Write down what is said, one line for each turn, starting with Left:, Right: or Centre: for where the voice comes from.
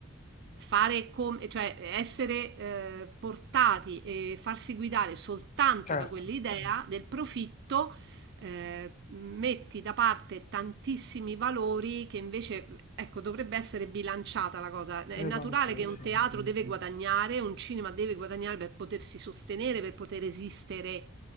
Right: fare come, cioè essere eh, portati e farsi guidare soltanto
Left: Certo.
Right: da quell'idea del profitto eh, metti da parte tantissimi valori che invece, ecco, dovrebbe essere bilanciata la cosa.
Left: credo
Right: È naturale
Left: anch'io,
Right: che
Left: sì,
Right: un teatro deve guadagnare, un cinema deve guadagnare per potersi sostenere, per poter esistere,